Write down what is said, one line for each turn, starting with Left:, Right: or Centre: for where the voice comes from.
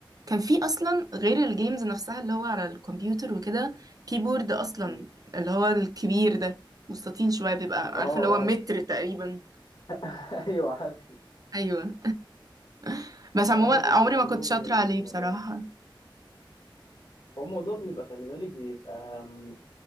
Right: كان في اصلا غير الجيمز نفسها اللي هو على الكمبيوتر وكده كيبورد اصلا
Left: مم.
Right: اللي هو الكبير ده مستطيل شويه بيبقى
Left: اه
Right: عارف اللي هو
Left: اه
Right: متر تقريبا
Left: <laughs> ايوه عارف
Right: ايوه <laughs>
Left: فانا
Right: بس عموما
Left: انا كنت
Right: عمري
Left: مجنون
Right: ما كنت شاطره عليه
Left: بالموضوع
Right: بصراحه
Left: ده هو الموضوع بيبقى خلي بالك بيبقى أم،